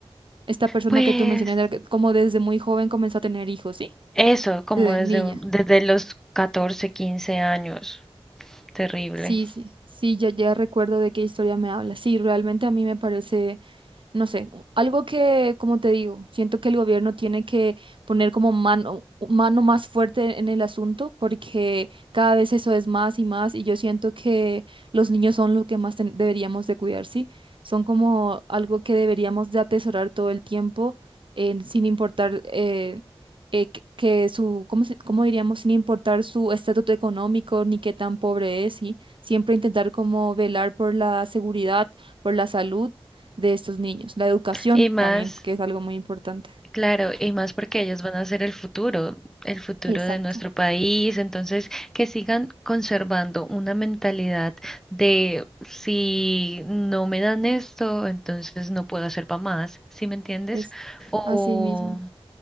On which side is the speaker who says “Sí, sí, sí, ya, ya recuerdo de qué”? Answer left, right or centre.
Right